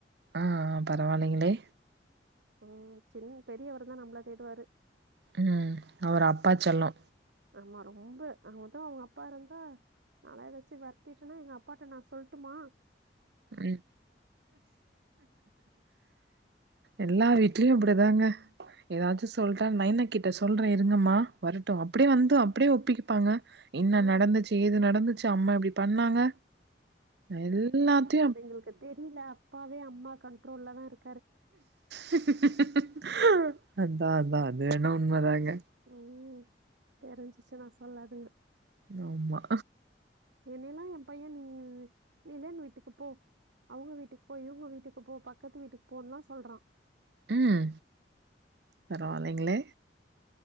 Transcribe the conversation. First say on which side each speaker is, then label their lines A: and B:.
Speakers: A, on the right; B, on the right.
A: அ அ பரவலங்கலெ
B: ம் சின்ன பெரியவர்தா நம்மள தேடுவாரு
A: ம் அவர் அப்பா செல்லொ
B: அமா ரொம்ப அவகதா அவுங்க அப்பா ருந்தா நலா ஏதாச்சு வரட்டிட்டேனு எங்க அப்பாட்ட நா சொல்ட்மா
A: ம் எல்லா விட் ட்ரியு அப்டிதாங்க எதாச்சு சொல்ட்டா நைன கிட்ட சொல்றே இருங்கம்மா வரட்டு அப்டியே வந்து அப்டியே ஒப்பிப்பாங்க என்ன
B: ஆ, ஆ.
A: நடந்துச்சு ஏது நடந்துச்சு அம்மா இப்டி பண்ணாங்க எல்லாத்
B: அதுங்களுக்கு தெரில அப்பாவே அம்மா கண்ட்ரோல்ல தா இர்க்
A: <inaudible> அதா அதா அதுவெண்ண உண்ம தாங்க
B: ம் தெரிஞ்சிச்சுனா சொல்லாதுங்க <inaudible>
A: னொமா
B: என்னெல்லா ஏ பையன் நீ நிலன் வீட்டுக்கு போ அவுங்க வீட்டுக்கு போ இவுங்க வீட்டுக்கு போ பக்கத்து வீட்டுக்கு போன்லா சொல்றா
A: ம் பரவாலிங்களே